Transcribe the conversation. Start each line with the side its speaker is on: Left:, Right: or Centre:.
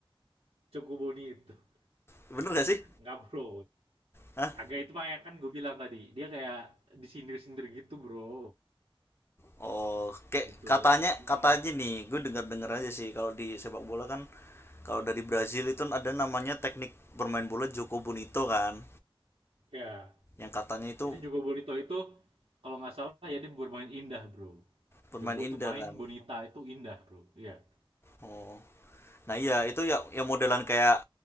Right: Cukup Boni itu. <laughs>
Left: bener gak sih?
Right: Nggak bro.
Left: Hah?
Right: Agak itu mah yang kan gue bilang tadi. Dia kayak disindir-sindir gitu bro.
Left: Oh, kayak
Right: Gitu.
Left: katanya
Right: Mm-mm.
Left: katanya nih, gue denger denger aja sih kalau di sepak bola kan kalau dari Brazil itu ada namanya teknik bermain bola Joko Bonito kan,
Right: Ya.
Left: yang katanya itu
Right: Jadi Jogo Bonito itu kalau nggak salah ya dia bermain indah bro.
Left: bermain
Right: Jogo
Left: indah
Right: itu main,
Left: kan.
Right: Bonita itu indah bro. Iya.
Left: Oh, nah iya itu ya yang modelan kayak